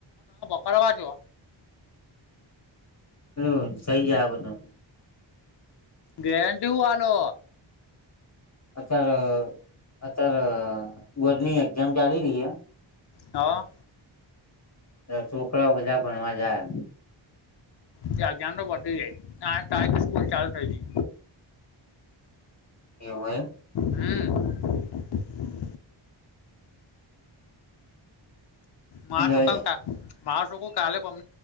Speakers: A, on the left (about 55°); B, on the left (about 35°).
A: પકડવા છો.
B: હમ સહી આ
A: ગેરંટી હુ હાલો?
B: અત્યારે અત્યારે વોડની એક્ઝામ ચાલી રહી.
A: હા.
B: છોકરાઓ બધા ભણવા જાય.
A: ત અગાન તો પતી જાય સ્કૂલ ચાલુ થઈ ગઈ.
B: એવું હોયમ.
A: હમ. માટુ
B: એટલે
A: કામ કા મા શોક કાલે અમ